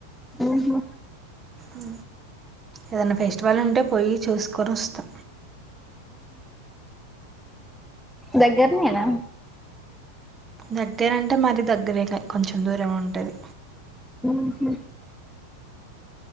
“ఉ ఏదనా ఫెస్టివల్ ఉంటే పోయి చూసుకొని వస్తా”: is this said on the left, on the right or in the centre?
Right